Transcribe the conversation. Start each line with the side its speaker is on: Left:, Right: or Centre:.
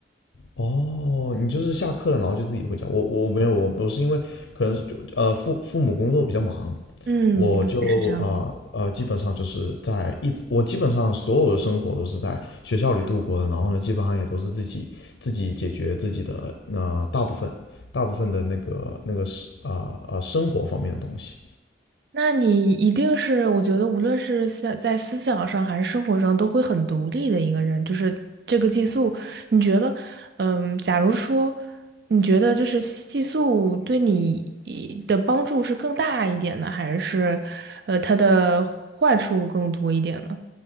Left: 哦，你就是下课了，然后就自己回家。我我没有，我我是因为可能是就呃父父母工作比较忙，
Right: 嗯，
Left: 我就啊呃，
Right: 这样子。
Left: 呃基本上就是在一直我基本上所有的生活都是在学校里度过的，然后呢基本上也都是自己自己解决自己的那、呃大部分大部分的那个那个是啊啊生活方面的东西。
Right: 那你一定是，我觉得无论是在在思想上还是生活上，都会很独立的一个人。就是这个寄宿，你觉得，嗯，假如说你觉得就是寄宿对你的帮助是更大一点呢，还是呃它的坏处更多一点呢？